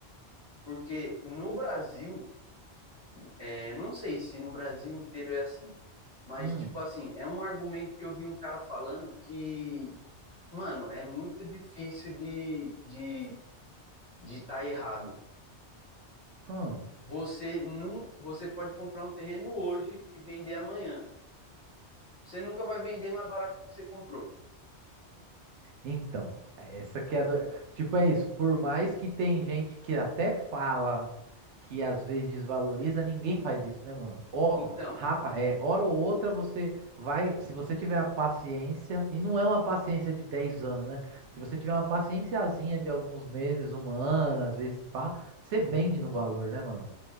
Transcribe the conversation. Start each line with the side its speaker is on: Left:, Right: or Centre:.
Left: Porque no Brasil, é, não sei se no Brasil inteiro é assim, mas,
Right: hum,
Left: tipo assim, é um argumento que eu vi um cara falando que, mano, é muito difícil de de de tá errado.
Right: hum.
Left: Você não, você pode comprar um terreno hoje e vender amanhã. Você nunca vai vender mais barato do que você comprou.
Right: Então, essa que é a do... Tipo, é isso. Por mais que tem gente que até fala que às vezes desvaloriza, ninguém faz isso, né, mano? Ó,
Left: Então,
Right: rapa- é, hora ou outra você vai. Se você tiver a paciência, e não é uma paciência de 10 anos, né? Se você tiver uma paciênciazinha de alguns meses, um ano, às vezes pá, você vende no valor, né, mano?